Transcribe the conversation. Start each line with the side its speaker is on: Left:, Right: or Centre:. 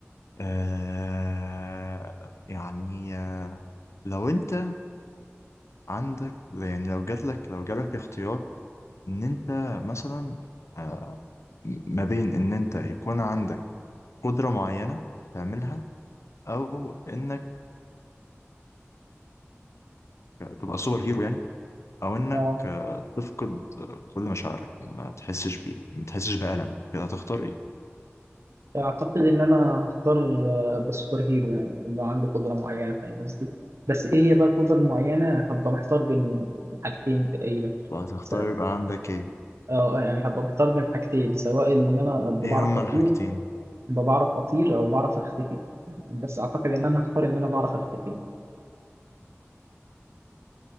Left: آه يعني آه، لو أنت عندك يعني لو جاتلك لو جالك اختيار ان انت مثلا آه، ما بين ان انت يكون عندك قدرة معينة تعملها او انك تبقى سوبر هيرو يعني او انك
Right: اه
Left: آه، تفقد آه، كل مشاعرك وما تحسش بيه ما تحسش بألم كده هتختار ايه
Right: اعتقد ان انا هختار آه، أبقى سوبر هيرو يعني لو عندي قدره معينه فاهم قصدي بس ايه هي بقى القدره المعينه هبقى محتار بين حاجتين تقريبا
Left: هتختار
Right: س-
Left: يبقى عندك ايه
Right: اه يعني هبقى محتار بين حاجتين سواء ان انا ابقى
Left: ايه
Right: بعرف
Left: هما
Right: اطير
Left: الحاجتين
Right: ابقى بعرف اطير او بعرف اختفي بس اعتقد ان انا هختار ان انا بعرف اختفي